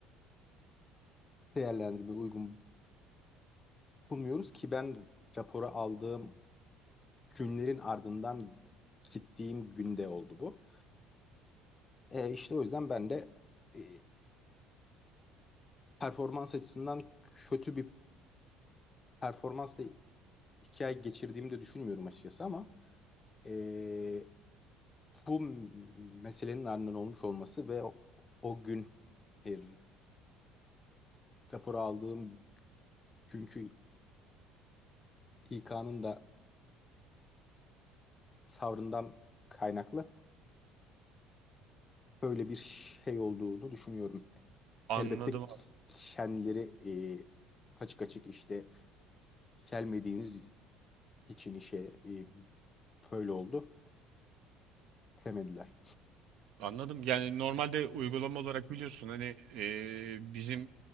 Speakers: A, on the left (about 30°); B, on the right (about 70°).
A: değerlendirmeye uygun bulmuyoruz ki ben rapora aldığım günlerin ardından gittiğim günde oldu bu. E, işte o yüzden ben de e, performans açısından kötü bir performansla iki ay geçirdiğimi de düşünmüyorum açıkçası ama e, bu meselenin ardından olmuş olması ve o, o gün e, raporu aldığım günkü İK'nın da savrından kaynaklı böyle bir şey olduğunu düşünüyorum.
B: Anladım
A: Elbette kendileri e, açık açık işte gelmediğiniz için işe e, böyle oldu demediler.
B: Anladım. Yani normalde uygulama olarak biliyorsun hani e, bizim